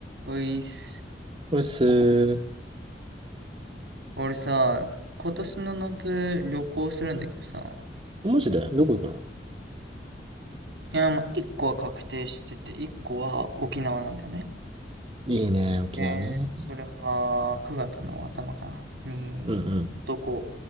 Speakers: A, on the right; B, on the right.
A: おいっす。
B: うっす
A: 俺さ、今年の夏旅行するんだけどさ、
B: ー。マジでどこ行くの
A: いや、まあ、1個は確定してて、1個は沖縄なんだよね。
B: いいね、沖縄ね。
A: で、それは9月の頭かな、に、
B: うんうん。
A: 男